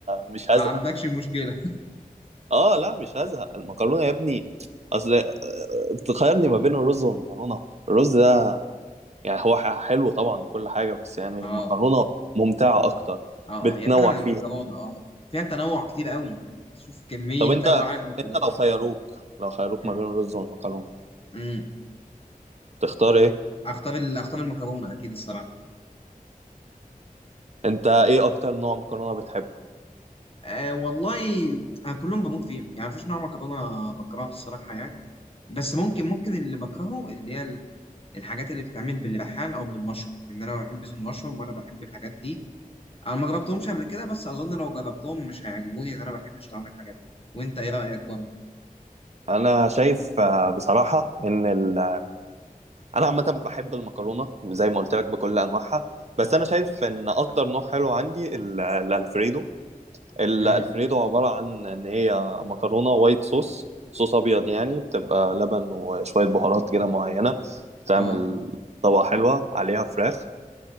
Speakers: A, on the right; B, on the left.
A: مش هزهق
B: ما عندكش مشكله
A: اه لا مش هزهق المكرونه يا ابني اصل آه، تخيرني ما بين الرز والمكرونه الرز ده يعني هو ح- حلو طبعا وكل حاجه بس يعني
B: اه
A: المكرونه ممتعه اكتر
B: اه
A: بتنوع
B: هي فعلا المكرونه
A: فيها
B: اه فيها تنوع كتير قوي شوف كميه
A: طب انت
B: انواع المكرونه
A: انت لو خيروك لو خيروك
B: امم
A: ما بين الرز والمكرونه
B: أمم.
A: تختار ايه
B: اختار ال... اختار المكرونه اكيد الصراحه
A: انت ايه اكتر نوع مكرونه بتحبه
B: أه والله انا كلهم بموت فيهم يعني مفيش نوع مكرونه بكرهه الصراحه يعني بس ممكن ممكن اللي بكرهه اللي هي ال- الحاجات اللي بتتعمل بالريحان او بالمشروم لان انا ما بحبش المشروم ولا بحب الحاجات دي انا ما جربتهمش قبل كده بس اظن لو جربتهم مش هيعجبوني لان انا ما بحبش طعم الحاجات دي وانت ايه رايك برضه
A: انا شايف آه، بصراحه ان ال انا عامه بحب المكرونه زي ما قلت لك بكل انواعها بس انا شايف ان اكتر نوع حلو عندي ال- الالفريدو الالفريدو
B: امم
A: عباره عن ان هي مكرونه وايت صوص صوص ابيض يعني بتبقى لبن وشويه بهارات كده معينه تعمل
B: اه
A: طبقه حلوه عليها فراخ